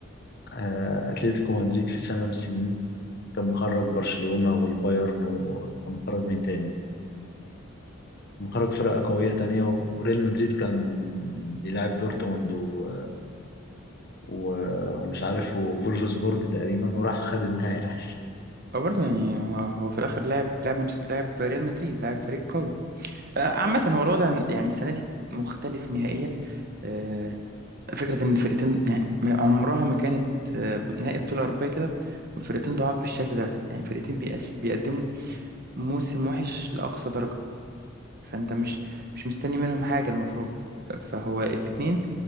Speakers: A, on the left; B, on the right.
A: آه، اتلتيكو مدريد في سنه من السنين كان مخرج برشلونة والبايرن وكان مخرج مين تاني مخرج فرقة قوية تانية و- وريال مدريد كان بيلعب دورتموند و... و... ومش عارف وفولفسبورج تقريبا وراح خد النهائي يعني
B: أو برضه يعني هو هو في الآخر لعب لعب منشس- لعب ريال مدريد لعب فريق قوي آه، عامة هو الوضع يعني السنة دي مختلف نهائيا آه، فكرة إن الفرقتين يعني ما- عمرها ما كانت آه، نهائي بطولة أوروبية كده والفرقتين ضعاف بالشكل ده يعني فرقتين بيقس- بيقدموا موسم وحش لأقصى درجة فأنت مش مش مستني منهم حاجة المفروض فهو الاتنين